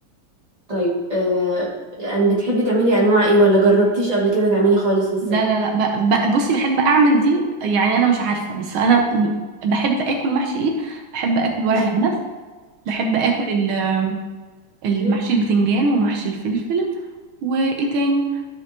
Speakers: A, on the right; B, on the right.
A: طيب أه ان بتحبي تعملي انواع ايه ولا جربتيش قبل كده تعملي خالص لسه
B: لا لا لا ب... ب... بصي بحب اعمل دي يعني انا مش عارفه بس انا بحب اكل محشي ايه بحب اكل ورق
A: <laughs>
B: العنب بحب اكل ال- المحشي
A: شيء
B: البتنجان ومحشي الفلفل وايه تاني